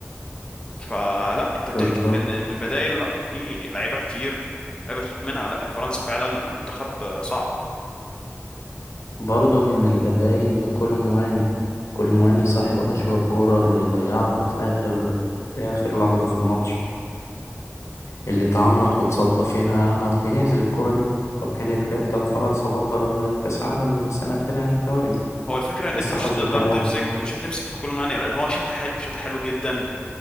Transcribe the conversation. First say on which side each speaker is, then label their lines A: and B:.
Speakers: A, on the left; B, on the left.
A: فلا انت بتحكي
B: بالظبط
A: في ان في البدايل لا في لعيبة كتير لعيبة تخاف منها لا هي فرنسا فعلا منتخب آه، صعب
B: برضه من البدايل لكولومواني كولومواني صاحب أشهر كورة اللي ضيعها في آخر في آخر لحظة في الماتش اللي تعملق وتصدى فيها مارتينيز للكرة دي لو كانت جت كان فرنسا بطل كأس عالم للسنة التانية على التوالي
A: هو الفكرة ان
B: بس
A: انت مش
B: حظه
A: هتقدر
B: كان
A: تمسك
B: وحش
A: مش هتمسك في كولوماني لان هو شاطح حلو شاطح حلو جدا